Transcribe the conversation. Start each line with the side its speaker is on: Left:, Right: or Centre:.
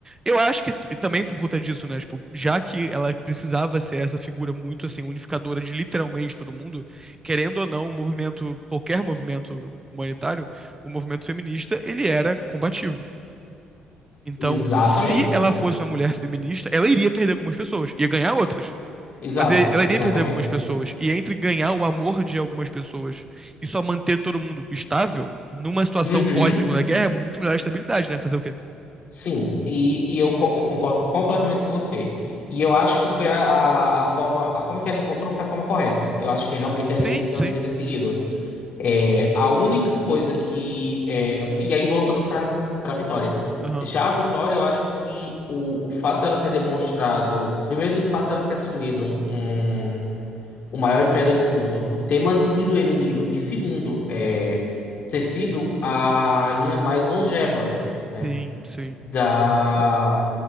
Right: Eu acho que t- também por conta disso, né? Tipo, já que ela precisava ser essa figura muito assim, unificadora de literalmente todo mundo, querendo ou não, um movimento, qualquer movimento humanitário, o movimento feminista, ele era combativo. Então,
Left: Exatamente.
Right: se ela fosse uma mulher feminista, ela iria perder algumas pessoas, ia ganhar outras.
Left: Exato,
Right: Mas ele- ela iria
Left: exatamente.
Right: perder algumas pessoas. E entre ganhar o amor de algumas pessoas e só manter todo mundo estável, numa situação
Left: Uhum.
Right: pós-Segunda Guerra, é muito melhor a estabilidade, né? Fazer o quê?
Left: Sim, e, e eu, co- eu concordo completamente com você. E eu acho que foi a, a, a forma, a forma que ela encontrou foi a forma correta. Eu acho que realmente era
Right: Sim,
Left: isso que ela
Right: sim.
Left: devia ter seguido. É, a única coisa que. é, e aí, voltando para para Vitória.
Right: Aham.
Left: Já a Vitória, eu acho que o, o fato dela ter demonstrado. Primeiro, o fato dela ter assumido um. o maior império do mundo, ter mantido ele unido e segundo, é, ter sido a rainha mais longeva, né?
Right: Sim, sim.
Left: Da
Right: Por-